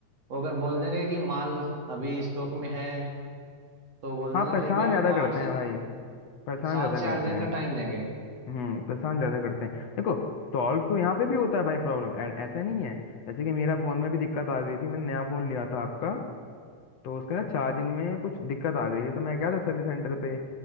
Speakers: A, on the right (about 55°); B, on the left (about 60°).
A: वो अगर बोल देंगे कि माल अभी स्टॉक में है तो बोल
B: हाँ,
A: देंगे
B: परेशान
A: फिर भी
B: ज्यादा
A: आपको आठ
B: करते
A: से
B: हैं भाई परेशान
A: सात
B: ज्यादा
A: से
B: करते
A: आठ दिन
B: हैं
A: का टाइम देंगे
B: हम्म परेशान ज्यादा करते हैं देखो सॉल्व तो यहाँ पे भी होता है भाई प्रॉब्लम ऐसा नहीं है जैसे कि मेरा फोन में भी दिक्कत आ गई थी मैंने नया फोन लिया था आपका तो उसके ना चार्जिंग में कुछ दिक्कत आ गई थी तो मैं गया था सर्विस सेंटर पे